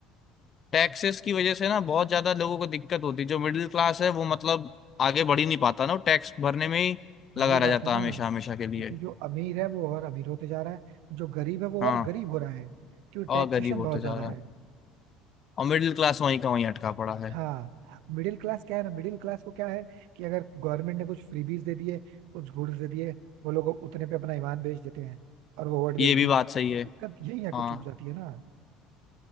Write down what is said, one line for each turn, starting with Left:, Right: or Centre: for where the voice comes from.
Left: टैक्सेस की वजह से ना बहुत ज्यादा लोगों को दिक्कत होती है। जो मिडिल क्लास है वो मतलब आगे बढ़ ही नहीं पाता ना वो टैक्स भरने में ही
Right: वही
Left: लगा
Right: बात
Left: रह जाता
Right: है ना
Left: है हमेशा हमेशा के लिए
Right: क्योंकि जो अमीर है वो और अमीर होते जा रहा है जो गरीब है वो
Left: हाँ
Right: और गरीब हो रहा है क्योंकि टैक्सेशन
Left: और गरीब होते
Right: बहुत ज्यादा
Left: जा रहा
Right: है
Left: है और मिडिल क्लास वहीं का वहीं अटका पड़ा है
Right: हाँ मिडिल क्लास क्या है ना मिडिल क्लास को क्या है कि अगर गवर्नमेंट ने कुछ फ्रीबीज दे दिए कुछ गुड्स दे दिए वो लोग उतने पे अपना ईमान बेच देते हैं और वो वोट दे
Left: ये
Right: देते
Left: भी
Right: हैं
Left: बात सही
Right: तो
Left: है
Right: दिक्कत यही आके
Left: हाँ
Right: चुप जाती है ना